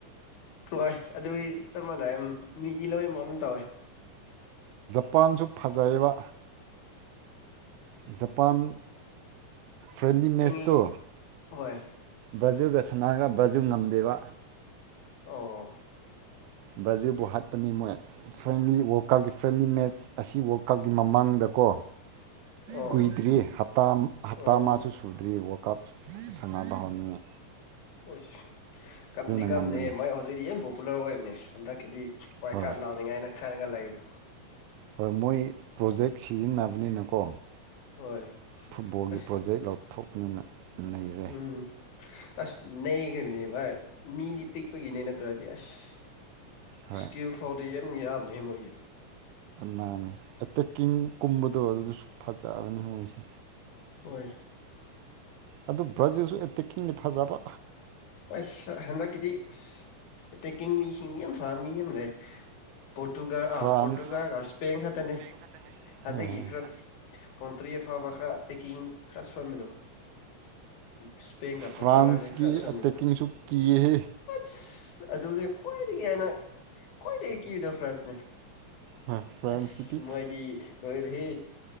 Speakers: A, on the left; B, on the right.
A: ꯍꯣꯏ ꯑꯗꯨꯗꯤ ꯆꯞ ꯃꯥꯟꯅ ꯃꯤꯗꯤ ꯂꯧꯔꯤ ꯃꯝ ꯇꯧꯋꯦ
B: ꯃꯄꯥꯟꯁꯨ ꯐꯖꯩꯌꯦꯕ ꯖꯄꯥꯟ ꯐ꯭ꯔꯦꯟꯂꯤ ꯃꯦꯁꯇꯣ
A: ꯏꯪ ꯍꯣꯏ
B: ꯕ꯭ꯔꯖꯦꯜꯒ ꯁꯥꯟꯅꯔꯒ ꯕ꯭ꯔꯥꯖꯤꯜ ꯉꯝꯗꯦꯕ
A: ꯑꯣ
B: ꯕ꯭ꯔꯥꯖꯤꯜꯕꯨ ꯍꯥꯠꯄꯅꯤ ꯃꯣꯏ ꯐ꯭ꯔꯦꯟꯂꯤ ꯋꯥꯔꯜ ꯀꯥꯞꯀꯤ ꯐ꯭ꯔꯦꯟꯂꯤ ꯃꯦꯠꯆ ꯑꯁꯤ ꯋꯥꯔꯜ ꯀꯥꯞꯀꯤ ꯃꯃꯥꯡꯗꯀꯣ
A: ꯑꯣ
B: ꯀꯨꯏꯗ꯭ꯔꯤꯇꯥ ꯍꯞꯇꯥ
A: ꯎꯝ
B: ꯃꯥꯁꯨ ꯁꯨꯗ꯭ꯔꯤ ꯀꯞ ꯁꯅꯥꯗ ꯍꯥꯎꯅꯤꯡꯉ
A: ꯑꯁ ꯀꯝꯗꯤ
B: ꯉꯝꯕꯅꯤ
A: ꯀꯝꯅꯦꯍ ꯃꯣꯏ ꯍꯧꯖꯤꯛꯤ ꯌꯥꯝ ꯄꯣꯄꯨꯂꯔ ꯑꯣꯏꯕꯅꯦ ꯍꯟꯗꯛꯀꯤꯗꯤ ꯍꯣꯏꯏ
B: ꯍꯣꯏ
A: ꯀꯥꯠ ꯂꯥꯎꯅꯤꯡꯉꯥꯏꯅ ꯈꯔꯒ ꯂꯩꯏꯗꯣ
B: ꯍꯣꯏ ꯃꯣꯏ ꯄ꯭ꯔꯣꯖꯦꯛ ꯁꯤꯖꯤꯟꯅꯕꯅꯤꯅꯀꯣ
A: ꯍꯣꯏ
B: ꯐꯨꯠꯕꯣꯜꯒꯤ
A: ꯑꯁ
B: ꯄ꯭ꯔꯣꯖꯦꯛ ꯂꯧꯊꯣꯛꯄꯅꯤꯅ ꯅꯩꯔꯦ
A: ꯎꯝ ꯑꯁ ꯅꯩꯈ꯭ꯔꯤꯕꯅꯦ ꯚꯥꯏ ꯃꯤꯗꯤ ꯄꯤꯛꯄꯒꯤꯅꯦ ꯅꯠꯇ꯭ꯔꯗꯤ ꯑꯁ
B: ꯍꯣꯏ
A: ꯁ꯭ꯀꯤꯜ ꯐꯥꯎꯣꯔ ꯗ ꯑꯦꯟ ꯌꯥ ꯍꯦꯃꯣꯏꯌꯦ
B: ꯅꯥꯅꯦ ꯑꯦꯇꯦꯛꯀꯤꯡ ꯀꯨꯝꯕꯗꯣ ꯑꯗꯨꯗ ꯁ ꯐꯖꯒꯅꯤ ꯃꯣꯏꯁꯦ
A: ꯍꯣꯏ
B: ꯑꯗꯨ ꯕ꯭ꯔꯥꯖꯤꯜꯁꯨ ꯑꯦꯇꯦꯛꯀꯤꯡꯗꯤ ꯐꯖꯕ
A: ꯑꯁ ꯍꯦꯟꯗ ꯀꯗꯤ ꯑꯁ ꯑ ꯇꯦꯛꯀꯤꯡ ꯃꯤ ꯁꯤꯡ ꯌꯥꯝ ꯐꯥ ꯃꯤ ꯑꯃ ꯂꯩ ꯄꯣꯔꯇꯨꯒꯜ
B: ꯐ꯭ꯔꯥꯟꯁ
A: ꯑ ꯄꯣꯇꯨꯒꯜ ꯏꯁꯄꯟ ꯈꯇꯅꯦ
B: ꯈꯛꯇꯅꯦ
A: ꯍꯟꯗꯛꯀꯤ ꯈꯔ ꯀꯥꯎꯇ꯭ꯔꯤ ꯑꯐꯕ ꯈꯔ ꯇꯦꯛꯀꯤꯡ ꯈꯔ ꯁꯣꯟꯃꯤꯗꯣ ꯏꯁꯄꯦꯟꯒ
B: ꯐ꯭ꯔꯥꯟꯁꯀꯤ
A: ꯄꯣꯔꯇꯨꯒꯜꯅꯦ ꯈꯔ ꯑꯁꯣꯕꯗꯣ
B: ꯑꯦꯇꯦꯛꯀꯤꯡꯁꯨ ꯀꯤꯌꯦꯍꯦ
A: ꯁ ꯑꯗꯨꯅꯦ ꯈ꯭ꯋꯥꯏꯗꯒꯤ ꯍꯥꯏꯅ ꯈ꯭ꯋꯥꯏꯗꯒꯤ ꯀꯤꯕꯗꯣ ꯐ꯭ꯔꯥꯟꯁꯅꯦ
B: ꯍꯣꯏ ꯐ꯭ꯔꯥꯟꯁꯀꯤꯗꯤ
A: ꯑꯁ ꯃꯣꯏꯗꯤ ꯂꯣꯏꯔ ꯍꯦ